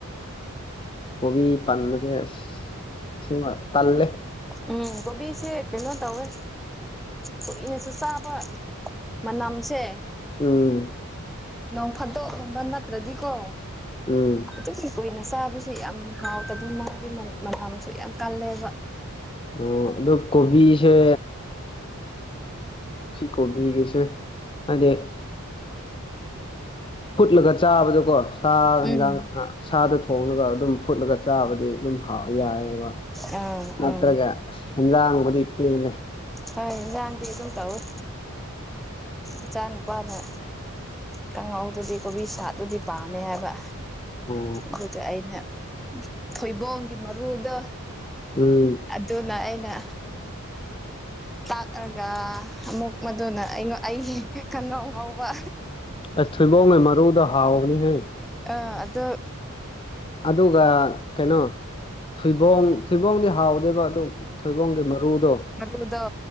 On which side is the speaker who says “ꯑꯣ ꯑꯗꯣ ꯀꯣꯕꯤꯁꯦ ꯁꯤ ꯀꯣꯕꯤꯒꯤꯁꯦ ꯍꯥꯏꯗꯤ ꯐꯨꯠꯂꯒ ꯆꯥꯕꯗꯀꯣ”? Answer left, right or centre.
Left